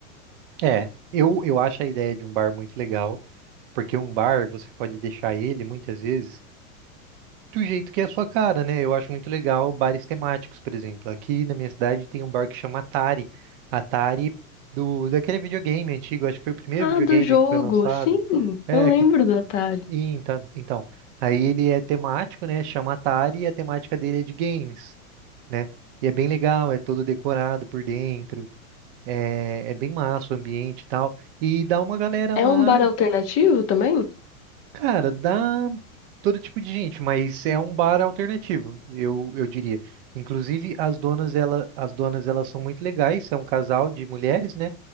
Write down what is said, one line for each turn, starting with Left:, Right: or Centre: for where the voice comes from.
Right: é. Eu, eu acho a ideia de um bar muito legal, porque um bar você pode deixar ele muitas vezes do jeito que é a sua cara, né? Eu acho muito legal bares temáticos, por exemplo. Aqui na minha cidade tem um bar que chama Atari. Atari do daquele videogame antigo, acho que foi o primeiro
Left: Ah,
Right: videogame
Left: do jogo!
Right: que foi lançado.
Left: Sim,
Right: É,
Left: eu lembro
Right: que
Left: do Atari.
Right: e então, então, aí ele é temático, né? Chama Atari e a temática dele é de games. né? E é bem legal, é todo decorado por dentro, é, é bem massa o ambiente e tal. E dá uma galera
Left: É
Right: lá,
Left: um bar alternativo também?
Right: cara, dá todo tipo de gente, mas é um bar alternativo, eu, eu diria. Inclusive, as donas, ela, as donas, elas são muito legais, é um casal de mulheres, né?